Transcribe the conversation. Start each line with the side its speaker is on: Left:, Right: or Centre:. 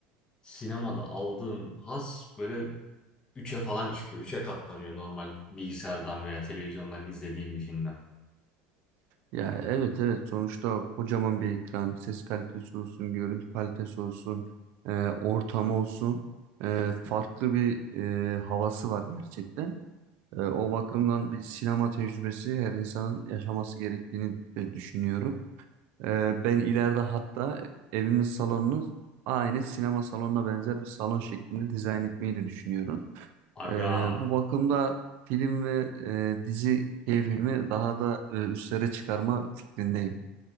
Left: sinemada aldığın haz böyle üçe falan çıkıyor. üçe katlanıyor normal bilgisayardan veya televizyondan izlediğim bir filmden.
Right: Ya evet evet sonuçta kocaman bir ekran, ses kalitesi olsun, görüntü kalitesi olsun, e, ortamı olsun, e, farklı bir e, havası var gerçekten. E, o bakımdan bir sinema tecrübesi her insanın yaşaması gerektiğini e, düşünüyorum. Ee, ben ileride hatta evimin salonunu aynı sinema salonuna benzer bir salon şeklinde dizayn etmeyi de düşünüyorum.
Left: Aga
Right: Ee, bu bakımda film ve e, dizi keyfimi daha da e, üstlere çıkarma fikrindeyim.